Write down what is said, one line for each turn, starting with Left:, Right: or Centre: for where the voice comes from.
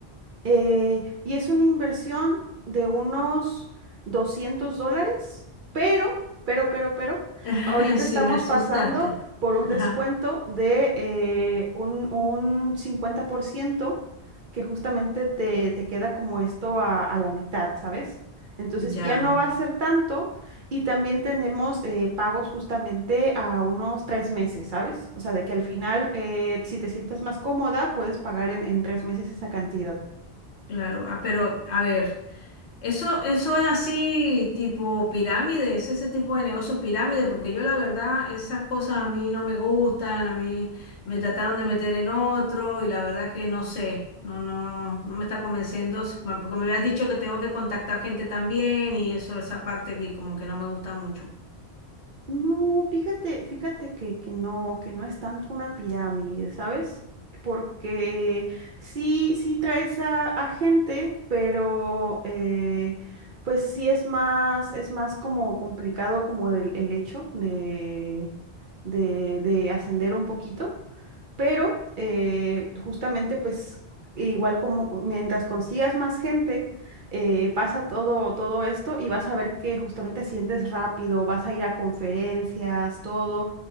Right: Eh, y es una inversión de unos 200 dólares, pero, pero, pero, pero,
Left: <laughs>
Right: ahorita
Left: Sí,
Right: estamos
Left: me asustaste.
Right: pasando por un descuento
Left: Ajá,
Right: de eh, un, un 50% que justamente te, te queda como esto a, a la mitad, ¿sabes? Entonces
Left: ya.
Right: ya no va a ser tanto y también tenemos eh, pagos justamente a unos tres meses, ¿sabes? O sea, de que al final, eh, si te sientes más cómoda, puedes pagar en, en tres meses esa cantidad.
Left: Claro, ah, pero a ver, eso, eso es así tipo pirámide, es ese tipo de negocios pirámide, porque yo la verdad esas cosas a mí no me gustan, a mí me trataron de meter en otro y la verdad que no sé, no, no, no me está convenciendo, s- bueno, porque me habías dicho que tengo que contactar gente también y eso, esa parte aquí como que no me gusta mucho.
Right: No, fíjate, fíjate que, que no, que no es tanto una pirámide, ¿sabes? Porque sí, sí traes a, a gente, pero eh, pues sí es más, es más como complicado como el, el hecho de, de, de ascender un poquito pero eh, justamente pues igual como co- mientras consigas más gente, eh, pasa todo, todo esto y vas a ver que justamente asciendes rápido, vas a ir a conferencias, todo.